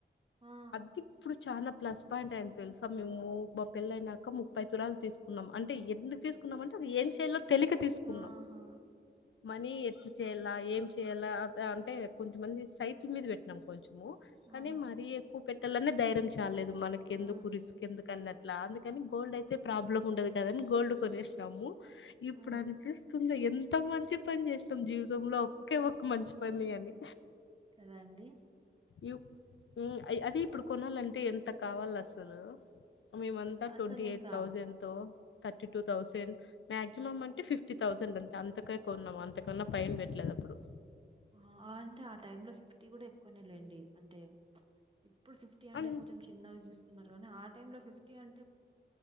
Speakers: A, on the right (about 25°); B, on the left (about 80°).
A: ఆ
B: అది ఇప్పుడు చానా ప్లస్ పాయింట్ అయింది తెలుసా మేము మా పెళ్లేయినాక ముప్పై తులాలు తీసుకున్నాం అంటే ఎందుకు తీసు కున్నామంటే అది ఏం చేయాలో తెలిక తీసుకున్నాం
A: ఆహా
B: మనీ ఎట్లా చేయాలా ఏం చేయ్యాలా అది అంటే కొంతమంది సైట్ల మీద పెట్టినాం కొం చెం కానీ
A: ఆహా
B: మరీ ఎక్కువ పెట్టాలన్నా ధైర్యం చాల్లేదు మనకి ఎందుకు
A: ఆ
B: రిస్క్ ఎందుకన్నా ఇట్లా అందుకని గోల్డ్ అయితే ప్రాబ్లం ఉండదు కదాని గోల్డ్ కొనేసినాము ఇప్పుడు
A: ఆ
B: అనిపిస్తుంది ఎంత మంచి పని చేసినాం జీవితంలో ఒకే ఒక్క మంచిపని అని
A: కదా అండి
B: యు మ్ అదె ఇప్పుడు కొనాలంటే ఎంత కావాలసలు మేమంతా
A: అసలు
B: ట్వంటీ ఎయిట్
A: ఇంకా
B: థౌసండ్ తో థర్టీ టూ థౌసండ్ మాక్సిమం అంటే ఫిఫ్టీ థౌజండ్ అంతే అంతకే కొన్నాం అంతకన్నా పైన పెట్టలేదు ఎప్పుడు
A: ఆ అంటే ఆ టైమ్ లో ఫిఫ్టీ కూడా ఎక్కువనే లేండి అంటే ఇప్పుడు ఫిఫ్టీ అంటే
B: అన్
A: కొంచెం చిన్నగా చూస్తున్నారు గాని ఆ టైమ్ లో ఫిఫ్టీ అం